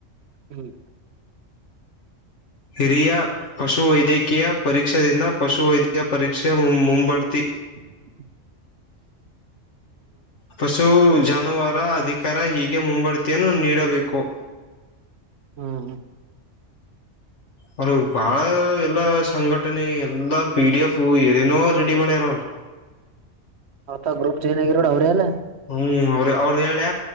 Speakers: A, on the right; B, on the left.
A: ಹ್ಮ್
B: ಕಿರಿಯ. ಪಶು ವೈದ್ಯಕೀಯ ಪರೀಕ್ಷದಿಂದ ಪಶು ವೈದ್ಯಕಯ ಪರೀಕ್ಷೆ ಮು ಮುಂಬಡ್ತಿ.
A: <unintelligible>
B: ಪಶು ಜಾನುವಾರ ಅಧಿಕಾರ ಹೀಗೆ ಮುಂಬಡ್ತಿಯನ್ನು ನೀಡಬೇಕು.
A: ಹ್ಮ್ ಹ್ಮ.
B: ಅವರು ಬಾಳ ಎಲ್ಲ ಸಂಘಟನೆ ಎಲ್ಲಾ ಪಿ ಡಿ ಎಫು ಏನೇನೋ ರೆಡಿ ಮಾಡ್ಯಾರ ಅವರು.
A: ಆತ ಗ್ರೂಪ್ ಜಾಯನ್ ಆಗಿರಾವ್ರ್ ಅವ್ರೇ ಅಲ್ಲ.
B: ಹ್ಮ್ ಅವ್ರ ಅವ್ರದ ಹೇಳ್ಯ